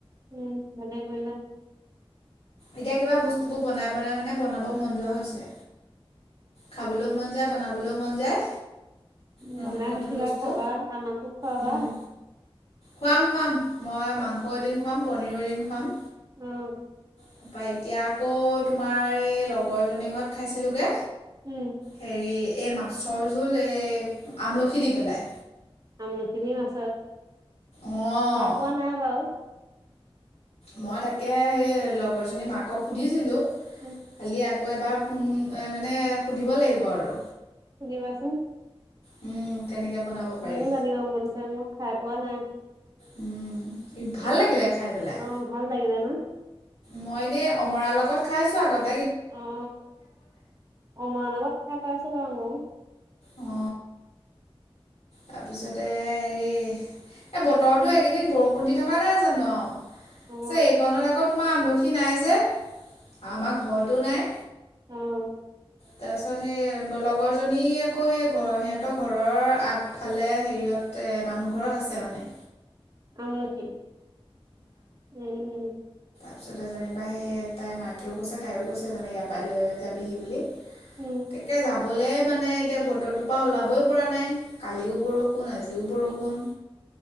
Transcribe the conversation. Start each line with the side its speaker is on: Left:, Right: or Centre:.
Right: উম ভালেই কৰিলা
Left: এতিয়া কিবা বস্তুবোৰ বনাই বনাই মানে বনাব মন যোৱা হৈছে খাবলৈও মন যায় বনাবলৈও মন যায় নতুন
Right: বনাই
Left: নতুন
Right: থাকিবা
Left: বস্তু
Right: খাবা আমাকো খুৱাবা
Left: উম খুৱাম খুৱাম মই মাংস এদম খুৱাম পনিৰৰ এ দিন খুৱাম
Right: উম
Left: তপা এতিয়া আকৌ তোমাৰ এই লগৰজনীৰ ঘৰত খাইছিলোোগে
Right: উম,
Left: হেৰি এই মাছৰ জোল এই আমলখি দি পেলাই
Right: আমলখিনি মাছোন
Left: অঁ
Right: চাই পোৱা নাই বাৰু
Left: মই তাকে সেই লগৰজনী মাকক সুধিছিলো
Right: উম
Left: আল আকৌ এবাৰ ফোন এ মানে সুধিব লাগিব আৰু
Right: শুনিবাছুন।
Left: উম। কেনেকৈ বনাব পাৰি
Right: মোৰও জানিব মনচ মই খাই পোৱা নাই।
Left: উম। ভাল
Right: এনে
Left: লাগিলে খাই পেলাই।
Right: অ ভাল লাগিলে ন
Left: মই এনে অমৰাৰ লগত খাইছো আগত।
Right: অ অমাৰ লগত খাই পাইছো বাও মই।
Left: অ। তাৰপিছতে হেৰি এই বতৰটোো এইকেইদিন বৰষুণ দি থকা নাই জানো আও।
Right: অ
Left: চ এইকণনৰ আগত। তোমাৰ আমলখি নাই যে। আমাৰ ঘৰত। তটো নাই।
Right: অহ।
Left: তাৰপিছত সেই লগৰজনী আকৌ সেই ঘৰৰ সিহঁতৰ ঘৰৰ আগফালে হেৰিত মানুহ ঘৰত আছে মানে।
Right: আমলক্ষি। উম।
Left: তাৰ পিছতে যেনিবা সেই তাইৰ মাকেও কৈছে তাইও কৈছে যেনা ইয়াৰ পৰা লৈ যাবিহি বুলি।
Right: উম
Left: তাকে যাব। বলে মানে এতিয়া বতৰটোৰ পৰা ওলাবই পৰা নাই কালিও বৰষুণ আজিও বৰষুণ।